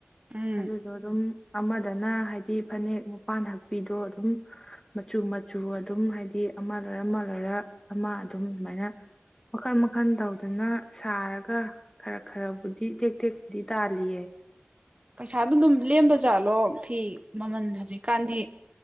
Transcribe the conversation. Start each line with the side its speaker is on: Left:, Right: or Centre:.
Right: ꯎꯝ
Left: ꯑꯗꯨꯗꯣ ꯑꯗꯨꯝ ꯑꯃꯗꯅ ꯍꯥꯏꯗꯤ ꯐꯅꯦꯛ ꯃꯄꯥꯟ ꯍꯛꯄꯤꯗꯣ ꯑꯗꯨꯝ ꯃꯆꯨ ꯃꯆꯨ ꯑꯗꯨꯝ ꯍꯥꯏꯗꯤ ꯑꯃ ꯂꯣꯏꯔ ꯑꯃ ꯈꯔ ꯑꯃ ꯑꯗꯨꯝ ꯑꯗꯨꯃꯥꯏꯅ ꯃꯈꯜ ꯃꯈꯜ ꯇꯧꯗꯨꯅ ꯁꯥꯔꯒ ꯈꯔ ꯈꯔꯕꯨꯗꯤ ꯇꯦꯛ ꯇꯦꯛꯄꯨꯗꯤ ꯇꯥꯜꯂꯤꯌꯦ
Right: ꯄꯩꯁꯥꯗꯣ ꯑꯗꯨꯝ ꯂꯦꯝꯕꯖꯥꯠꯂꯣ ꯐꯤ ꯃꯃꯜ ꯍꯧꯖꯤꯛꯀꯥꯟꯗꯤ